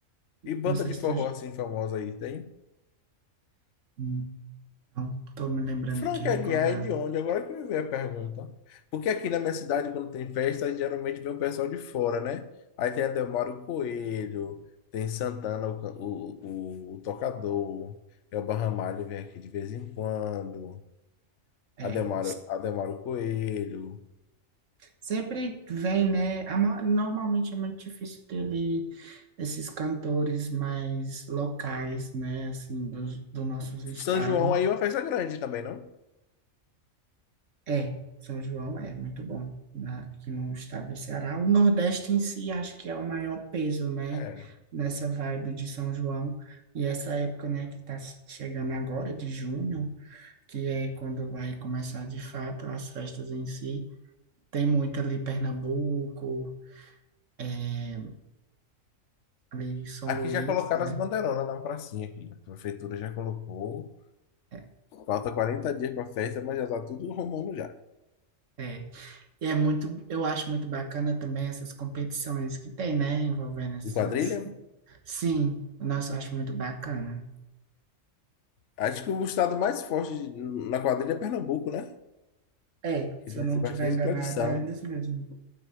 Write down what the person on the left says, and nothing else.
E banda
de
forró
assim famosa aí tem?
Frank
Aguiar é de onde? Agora que me veio a pergunta. Porque aqui na minha cidade, quando tem festa, geralmente vem o pessoal de fora, né? Aí tem Adelmário Coelho, tem Santana, o, can- o, o, o tocador, Elba Ramalho vem aqui de vez em quando,
Adelmário, Adelmário Coelho.
São João aí é uma festa grande também, não?
É.
Aqui
já colocaram
as bandeironas na pracinha aqui. A prefeitura já colocou.
Falta 40 dias para a festa, mas já tá tudo arrumando já.
De quadrilha?
Acho que o estado mais forte de- na quadrilha é Pernambuco, né?
Que
deve
ser
bastante
tradição.